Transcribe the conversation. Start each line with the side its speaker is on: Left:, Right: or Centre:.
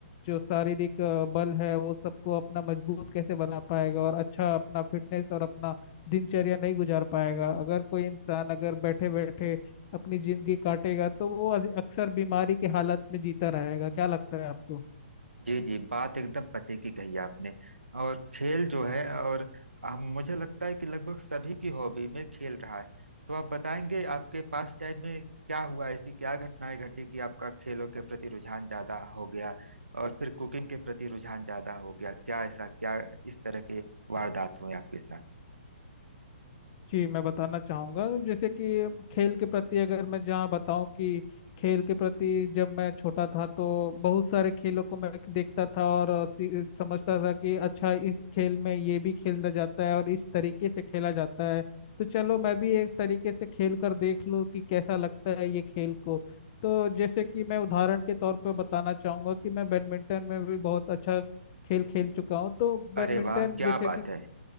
Left: जो शारीरिक अ, बल है वो सबको अपना मजबूत कैसे बना पाएगा और अच्छा अपना फिटनेस और अपना दिनचर्या नहीं गुजार पाएगा अगर कोई इंसान अगर बैठे बैठे अपनी जिंदगी काटेगा तो वो अक्सर बीमारी की हालत में जीता रहेगा क्या लगता है आपको
Right: जी जी बात एकदम पते की कही आपने और खेल जो है और हम मुझे लगता है कि लगभग सभी की हॉबी में खेल रहा है तो आप बताएंगे आपके पास टाइम में क्या हुआ ऐसी क्या घटनाएं घटी कि आपका खेलों के प्रति रुझान ज्यादा हो गया और फिर कुकिंग के प्रति रुझान ज्यादा हो गया क्या ऐसा क्या इस तरह के वारदात हुए आपके साथ
Left: जी मैं बताना चाहूँगा जैसे कि खेल के प्रति अगर मैं जहाँ बताऊँ कि खेल के प्रति जब मैं छोटा था तो बहुत सारे खेलों को मैं देखता था और सी- समझता था कि अच्छा इस खेल में ये भी खेला जाता है और इस तरीके से खेला जाता है तो चलो मैं भी एक तरीके से खेल कर देख लूँ कि कैसा लगता है ये खेल को तो जैसे कि मैं उदाहरण के तौर पर बताना चाहूँगा कि मैं बैडमिंटन में भी बहुत अच्छा खेल खेल चुका हूँ तो बैडमिंटन
Right: अरे वाह क्या
Left: जैसे
Right: बात
Left: कि
Right: है